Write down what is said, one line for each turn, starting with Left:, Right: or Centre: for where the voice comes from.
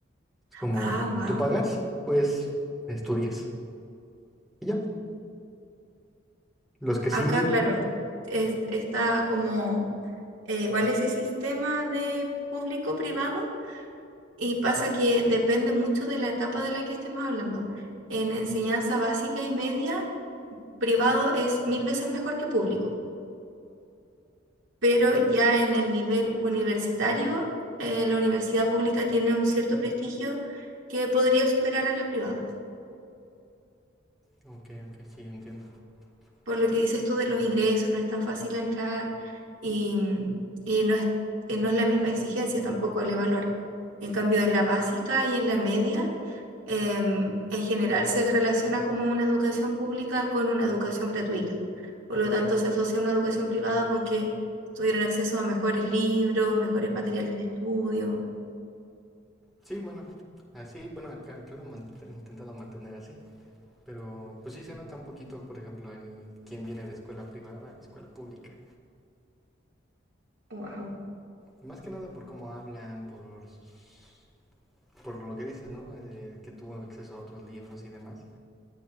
Centre: Es como
Right: Ah, wow.
Centre: tú pagas, pues estudias. Y ya, los que
Right: Acá,
Centre: sí,
Right: claro, es- está como eh, igual ese sistema de público-privado y pasa que depende mucho de la etapa de la que estemos hablando. En enseñanza básica y media, privado es mil veces mejor que público, pero ya en el nivel universitario, eh, la universidad pública tiene un cierto prestigio que podría superar a las privadas.
Centre: Ok, ok, sí, entiendo.
Right: por lo que
Centre: Y-
Right: dices tú de los ingresos, no es tan fácil entrar y, mm, y no es, eh, no es la misma exigencia tampoco al evaluar. En cambio, en la básica y en la media, em, en general se relaciona como una educación pública con una educación gratuita. Por lo tanto, se asocia una educación privada con que tuvieron acceso a mejores libros, mejores materiales de estudio.
Centre: sí, bueno, así, bueno, acá, acá lo he mant- intentado mantener así, pero pues sí se nota un poquito, por ejemplo, el quién viene de escuela privada, a escuela pública.
Right: Wow,
Centre: Y más que nada por cómo hablan, por, sus- por lo que dices, ¿no? De que tuvo acceso a otros libros y demás.